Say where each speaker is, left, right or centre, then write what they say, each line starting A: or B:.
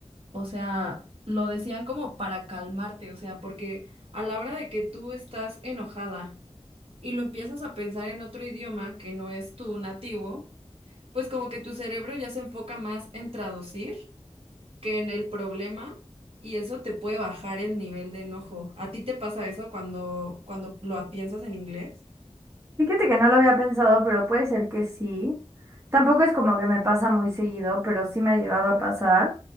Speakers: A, on the right; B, on the right.
A: o sea, lo decían como para calmarte, o sea, porque a la hora de que tú estás enojada y lo empiezas a pensar en otro idioma que no es tu nativo, pues como que tu cerebro ya se enfoca más en traducir que en el problema y eso te puede bajar el nivel de enojo. ¿A ti te pasa eso cuando, cuando lo piensas en inglés?
B: Fíjate que no lo había pensado, pero puede ser que sí. Tampoco es como que me pasa muy seguido, pero sí me ha llegado a pasar.